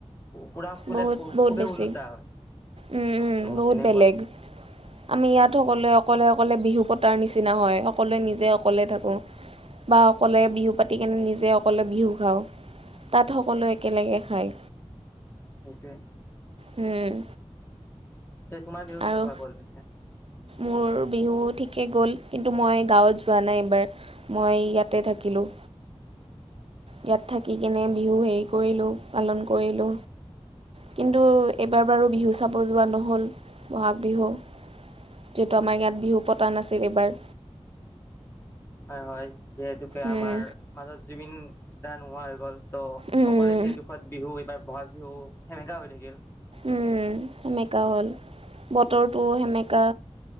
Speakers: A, on the left; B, on the right.
A: পুৰা ফুলে
B: বহুত বহুত
A: খুবেই
B: বেছি।
A: ওলোটা হয়
B: উম উম,
A: ত'
B: বহুত
A: তেনেকুৱা
B: বেলেগ আমি ইয়াত সকলোৱে অকলে অকলে বিহু পতাৰ নিচিনা হয়, সকলোৱে নিজে অকলে থাকোঁ বা অকলে বিহু পাতি কেনে নিজে অকলে বিহু খাওঁ। তাত সকলোৱে একেলগে খায়।
A: সেইটোৱে।
B: উম।
A: তে তোমাৰ বিহু কেনেকুৱা
B: আৰু
A: গ'ল পিছে?
B: মোৰ বিহু ঠিকেই গ'ল। কিন্তু, মই গাঁৱত যোৱা নাই এইবাৰ মই ইয়াতে থাকিলো। ইয়াত থাকি কিনে বিহু হেৰি কৰিলো পালন কৰিলো। কিন্তু এবাৰ বাৰু বিহু চাব যোৱা নহ'ল বহাগ বিহু, যিহেতু আমাৰ ইয়াত বিহু পতা নাছিল এইবাৰ।
A: হয়, হয়। যিহেতুকে
B: উম,
A: আমাৰ মাজত জুবিন দা নোহোৱা হৈ গ'ল। ত'
B: উম,
A: সকলোৱে সেই দুখত বিহু এইবাৰ বহাগ বিহু সেমেকা হৈ থাকিল।
B: উম, সেমেকা হ'ল বতৰটো সেমে কা